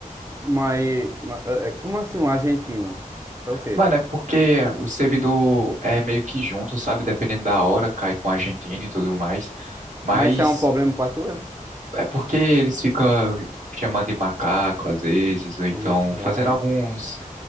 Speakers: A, on the right; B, on the right.
A: Mas, ma- é, é, como assim um argentino? É o quê?
B: Mano, é porque o servidor é meio que junto, sabe? Dependendo da hora, cai com a Argentina e tudo mais. Mas
A: Mas isso é um problema pra tu, é?
B: é porque eles ficam chamando de macaco às vezes, ou então
A: Ixi,
B: fazendo
A: é.
B: alguns